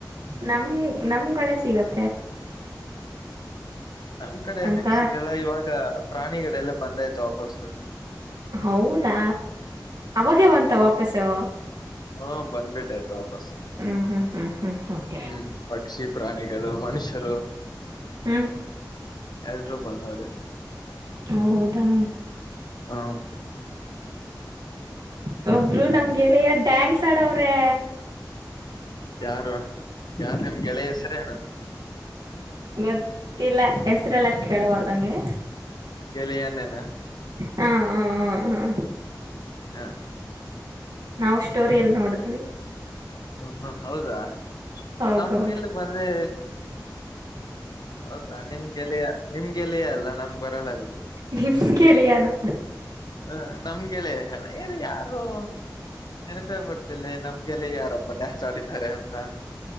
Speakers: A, on the right (about 65°); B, on the left (about 65°).
A: ನಮ್ ನಮ್ ಕಡೆ ಸಿಗುತ್ತೆ
B: ನಮ್ ಕಡೆ
A: ಅಂತ
B: ನಕ್ ಸಿಗಲ್ಲ ಇವಾಗ ಪ್ರಾಣಿಗಳು ಎಲ್ಲ ಬಂದ ಆಯ್ತು ವಾಪಸ್
A: ಹೌದಾ ಅವಾಗೆವಂತ ವಾಪಸು
B: ಹಾ ಬಂದ್ಬಿಟ್ಟ ಆಯ್ತು ವಾಪಸ್
A: ಹ್ಮ್ ಹ್ಮ್ ಹ್ಮ್ ಹ್ಮ್ ಓಕೆ
B: ಹ್ಮ್ ಪಕ್ಷಿ ಪ್ರಾಣಿಗಳು ಮನುಷ್ಯರು
A: ಹ್ಮ್
B: ಎಲ್ಲರೂ ಬಂದವರೇ
A: ಹೌದಾ
B: ಹಾ
A: ಹ ಒಬ್ರು ನಮ್ಗೆಲ್ಲ ಯ ಡ್ಯಾಂಗಕ್ಸ್ ಆಡವ್ರೆ
B: ಯಾರು ಯಾರ್ ನಿಮ್ ಗೆಳೆಯ ಹೆಸರೇಣ್ಣ
A: ಗೊತ್ತಿಲ್ಲ ಹೆಸರೆಲ್ಲ ಕೇಳವಾರ್ದಂಗೆ
B: ಗೆಲಿಯಾನೇನ
A: ಹಾ ಹ ಹ ಹಾ
B: ಹಾ
A: ನಾವು ಸ್ಟೋರಿ ಎಲ್ಲಿ ನೋಡಿದ್ವಿ
B: ಹ ಹ ಹೌದಾ
A: ಹೌದೌದು
B: ನಮ್ಗೆ ಇಲ್ಲಿ ಬಂದೆ ಹೌದಾ ನಿಮ್ಗೆಲ ನಿಮ್ಗೆಲಯೇ ಅಲ್ಲ ನಮ್ ಬರಳ
A: ನಿಮ್ ಗೆಳೆಯನು
B: ಹ ನಮ್ಗೆ ಗೆಳೆಯ ಅದು ಯಾರು ನೆನಪೇ ಬರ್ತಿಲ್ಲ ನಮ್ಗೆಲ್ಲ ಯಾರಬ್ಪ್ಪ ಡ್ಯಾನ್ಸ್ ಆಡಿದ್ದಾರೆ ಅಂತ